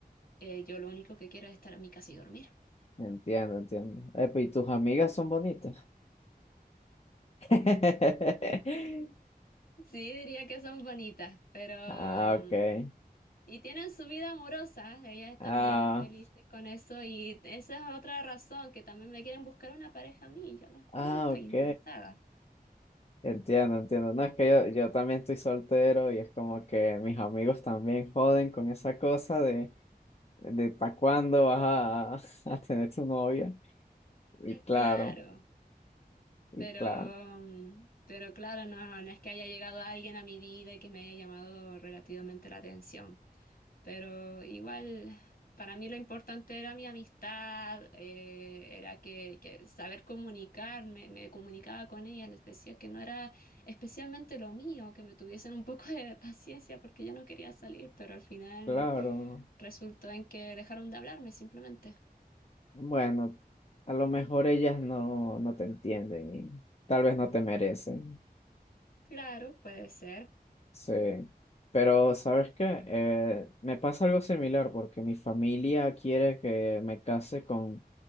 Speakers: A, on the left; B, on the left.
A: Eh, yo lo único que quiero es estar en mi casa y dormir. <laughs>
B: Entiendo, entiendo. Epa, ¿y tus amigas son bonitas? <laughs>
A: Sí, diría que son bonitas, pero...
B: Ah, ok.
A: mm, Y tienen su vida amorosa, ellas están
B: Ah,
A: bien felices con eso y esa es otra razón que también me quieren buscar una pareja a mí, yo no,
B: ah,
A: yo no estoy
B: ok.
A: interesada.
B: Entiendo, entiendo. No, es que yo, yo también estoy soltero y es como que mis amigos también joden con esa cosa de, de ¿para cuándo vas a, <laughs> a tener tu novia? Y claro,
A: Claro.
B: y
A: Pero,
B: claro,
A: mm, pero claro, no, no es que haya llegado alguien a mi vida y que me haya llamado relativamente la atención. Pero igual, para mí lo importante era mi amistad, eh, era que, que saber comunicarme, me comunicaba con ella, les decía que no era especialmente lo mío, que me tuviesen un poco de paciencia porque yo no quería salir, pero al final
B: claro.
A: resultó en que dejaron de hablarme simplemente.
B: Bueno, a lo mejor ellas no, no te entienden y tal vez no te merecen.
A: Claro, puede ser.
B: Sí, pero ¿sabes qué? Eh, me pasa algo similar porque mi familia quiere que me case con